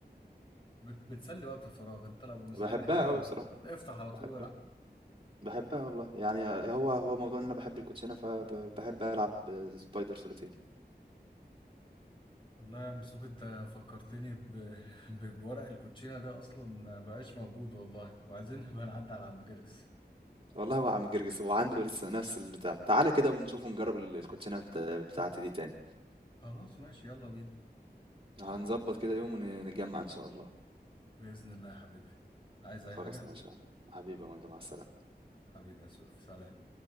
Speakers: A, on the left (about 30°); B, on the right (about 35°).
A: بت... بتسلي وقت الفراغ انت لو مستني
B: بحبها
A: حاجه
B: قوي
A: ولا
B: بصراحه
A: افتح على
B: بحبها
A: طول والعب
B: بحبها والله يعني هو هو موضوع ان انا بحب الكوتشينه فبحب العب سبايدر سوليتير
A: والله يا عم سوف انت فكرتني ب... <laughs> ب... بورق الكوتشينه ده اصلا ما بقاش موجود والله وعايزين <laughs> نبقى نعدي على عم جرجس
B: والله هو عم جرجس هو عنده لسه نفس البتاع تعالى كده ونشوف ونجرب ال- الكوتشينه بتا- بتاعتي دي تاني
A: خلاص ماشي يلا بينا
B: هنظبط كده يوم ونتجمع إن شاء الله
A: باذن الله يا حبيبي عايز اي
B: خلاص
A: حاجه
B: ماشي يا عم حبيبي يا وانت مع السلامة
A: حبيبي يا سوف سلام